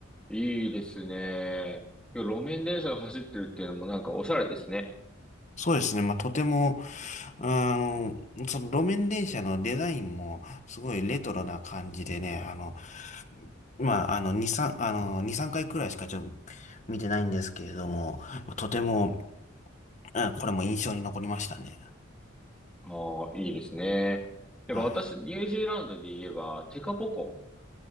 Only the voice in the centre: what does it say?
いいですね。いや路面電車が走ってるっていうのもなんかおしゃれですね。
ああ、いいですね。だから私、
ニュージーランドで言えば、テカポコ